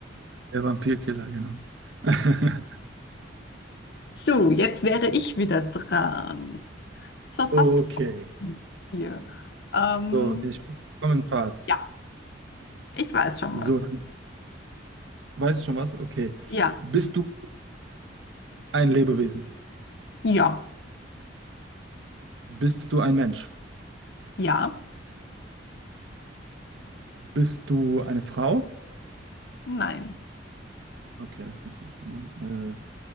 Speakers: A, on the right (about 80°); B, on the left (about 60°).
A: Vampirkiller, genau. <laughs>
B: So, jetzt wäre ich wieder dran. Es war
A: Okay.
B: fast hier. Ähm,
A: So, ich komme in Fahrt.
B: ja, ich weiß schon
A: So,
B: was.
A: dann weißt du schon was? Okay.
B: Ja,
A: Bist du ein Lebewesen?
B: ja.
A: Bist du ein Mensch?
B: Ja,
A: Bist du eine Frau?
B: nein,
A: Okay, das muss muss man.